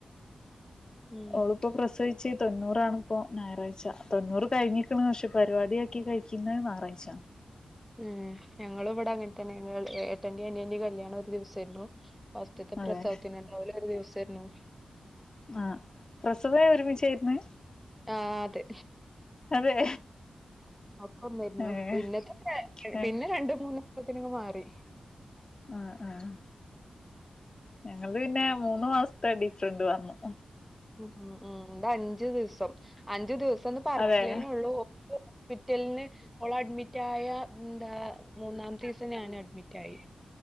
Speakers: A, in the centre; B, on the left (about 40°).
A: ഉം
B: ഓള്പ്പോ പ്രസവിച്ച് തൊണ്ണൂറാണ്പ്പോ ഞാറാഴ്ച തൊണ്ണൂറ് കഴിഞ്ഞിക്ക്ണ് പക്ഷേ പരിപാടി <unintelligible> കഴിക്കുന്നെ ഞാറാഴ്ച
A: ഏഹ് ഞങ്ങളും ഇവടെ അങ്ങൻ തന്നെ ഏട്ടന്റേം, അനിയന്റേം, കല്യാണം ഒരു ദിവസായിരുന്നു ഫസ്റ്റത്തെ
B: അതെ
A: പ്രസവത്തിനുണ്ടാവില്ല ഒരു ദിവസായിരുന്നു
B: ആഹ് പ്രസവേ ഒരുമിച്ചായിരുന്ന്
A: ആഹ് അതെ
B: അതെ
A: ഒക്കെ ഒന്നായ്രുന്നു
B: ഏഹ്
A: പിന്നത്തെ
B: ഏഹ്
A: പിന്നെ രണ്ട്, മൂന്ന്ത്തിനങ് മാറി
B: ആഹ് ആഹ് ഞങ്ങൾത് പിന്നെ മൂന്ന് മാസത്തെ ഡിഫ്‌റന്റ് വന്നു
A: ഉം ഉം ഇത് അഞ്ചു ദിവസം അഞ്ചു ദിവസംന്ന് പർച്ചില്ലേന്നെ
B: അതെ
A: ഒള്ളൂ ഹോസ്പിറ്റൽന്ന് ഓള് അഡ്മിറ്റായ എന്താ മൂന്നാമ്ത്തെ ദിവസം ഞാനും അഡ്മിറ്റായി